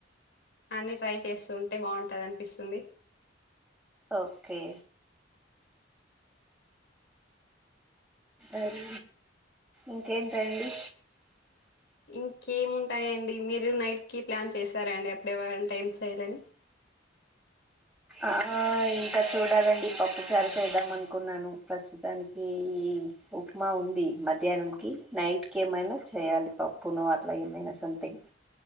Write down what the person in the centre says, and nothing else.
ఓకే అర్ ఇంకేంటండి
ఆ ఇంకా చూడాలండి పప్పుచారు చేద్దాం అనుకున్నాను ప్రస్తుతానికీ. ఉప్మా ఉంది మధ్యాహ్నం కీ నైట్ కి ఏమైనా చేయాలి పప్పునో అట్లా ఏమైనా సమ్ అంటే